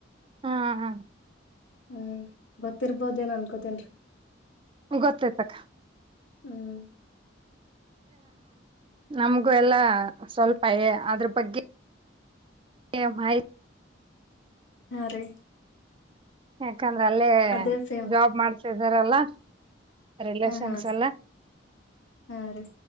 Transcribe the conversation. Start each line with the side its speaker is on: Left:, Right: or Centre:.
Right: ಹಾ ಹಾ
Left: ಹ್ಮ್ ಗೊತ್ತಿರ್ಬೋದ ಏನ್ ಅನ್ಕೋತೇನ್ರಿ
Right: ಗೊತ್ತಾಯ್ತಕ್ಕ
Left: ಹ್ಮ್
Right: ನಮಗೂ ಎಲ್ಲಾ ಸ್ವಲ್ಪ ಎ ಅದ್ರ ಬಗ್ಗೆ ಎ ಬೈ
Left: ಹಾ ರೀ
Right: ಯಾಕಂದ್ರ ಅಲ್ಲೇ
Left: ಅದೇ ಸೇಮ್
Right: ಜಾಬ್ ಮಾಡ್ತಿದಾರಲ್ಲ. ರಿಲೇಷನ್ಸ್
Left: ಹಾ ಹಾ
Right: ಎಲ್ಲ
Left: ಹಾ ರೀ